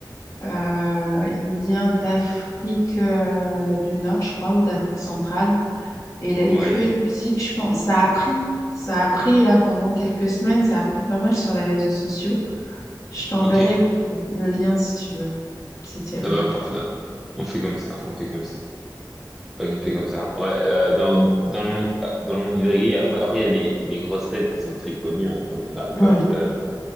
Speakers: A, on the left (about 40°); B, in the centre.
A: euh, il vient d'Afrique euh, du Nord, je crois, ou d'Afrique centrale. Et il a écrit
B: oui,
A: une musique, je pense. Ça a pris, ça a pris là pendant quelques semaines. Ça a pris pas mal sur les réseaux sociaux. Je t'enverrai
B: ok,
A: le, le lien si tu veux, si tu aimes
B: ça
A: bien.
B: va, parfait. On fait comme ça, on fait comme ça. Ouais, On fait comme ça. Ouais, euh, dans, dans le monde, euh, dans le monde du reggae, après, après, il y a les, les grosses têtes qui sont très connues, hein, comme, euh, Alpha,
A: Ouais.
B: euh,